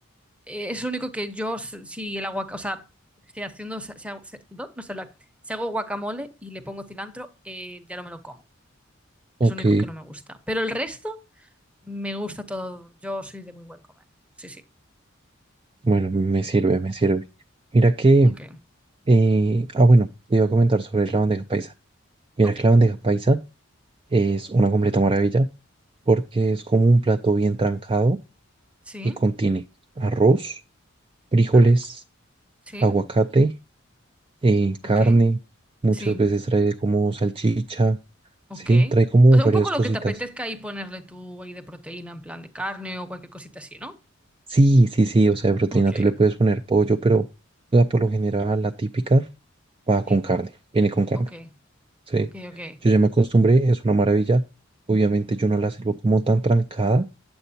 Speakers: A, in the centre; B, on the right.
A: Eh, es lo único que yo, s- si el aguacate, o sea, estoy haciendo, si hago, si- no, no sé hablar. Si hago guacamole y le pongo cilantro, eh, ya no me lo como.
B: Ok.
A: Es lo único que no me gusta. Pero el resto, me gusta todo. Yo soy de muy buen comer. Sí, sí.
B: Bueno, me sirve, me sirve. Mira que,
A: Ok.
B: eh, ah, bueno, te iba a comentar sobre la bandeja paisa. Mira
A: Ok.
B: que la bandeja paisa es una completa maravilla porque es como un plato bien trancado
A: Sí.
B: y contiene arroz, frijoles,
A: Qué rico. Sí.
B: aguacate, eh, carne,
A: Ok.
B: muchas
A: Sí.
B: veces trae como salchicha,
A: Ok.
B: sí, trae como
A: O sea,
B: varias
A: un poco
B: cositas.
A: lo que te apetezca ahí ponerle tú ahí de proteína, en plan de carne o cualquier cosita así, ¿no?
B: Sí, sí, sí, o sea, de proteína
A: Ok.
B: tú le puedes poner pollo, pero la por lo general la típica va
A: Sí.
B: con carne, viene con carne.
A: Ok.
B: Sí,
A: Ok, ok.
B: yo ya me acostumbré, es una maravilla. Obviamente yo no la sirvo como tan trancada.